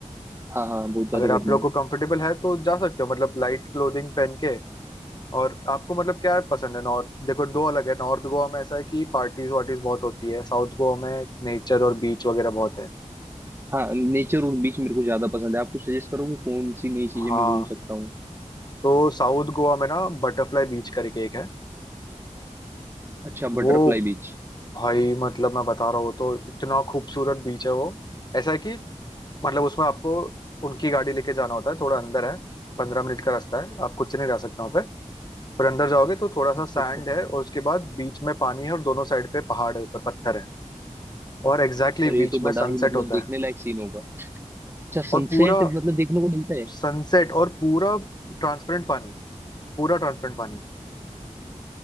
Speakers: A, on the right; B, on the left.
A: हाँ हाँ बहुत ज्यादा
B: अगर
A: गर्मी
B: आप लोग
A: है
B: को कंफर्टेबल है तो जा सकते हो मतलब लाइट क्लोथिंग पहन के और आपको मतलब क्या पसंद है नॉर्थ देखो दो अलग है नॉर्थ गोवा में ऐसा है कि पार्टीज वार्टीज बहुत होती है साउथ गोवा में नेचर और बीच वगैरह बहुत है
A: हाँ नेचर और बीच मेरे को ज्यादा पसंद है आपको सजेस्ट करोगे कौन सी नई चीजें
B: हाँ
A: मैं घूम सकता हूँ
B: तो साउथ गोवा में ना बटरफ्लाई बीच करके एक है
A: अच्छा बटरफ्लाई
B: वो
A: बीच
B: भाई मतलब मैं बता रहा हूँ तो इतना खूबसूरत बीच है वो ऐसा है कि मतलब उसमें आपको उनकी गाड़ी लेके जाना होता है थोड़ा अंदर है पंद्रह मिनट का रास्ता है आप खुद से नहीं जा सकते वहाँ पे पर अंदर जाओगे तो थोड़ा सा
A: अच्छा
B: सैंड
A: अच्छा
B: है और उसके बाद बीच में पानी है और दोनों साइड पे पहाड़ है ऊपर पत्थर है और एग्जैक्टली
A: पर
B: exactly
A: ये
B: बीच
A: तो
B: में
A: बड़ा
B: सनसेट
A: ही मतलब
B: होता
A: देखने
B: है
A: लायक सीन होगा अच्छा सनसेट
B: और पूरा
A: मतलब देखने को मिलता है
B: सनसेट और पूरा ट्रांसपेरेंट पानी पूरा ट्रांसपेरेंट पानी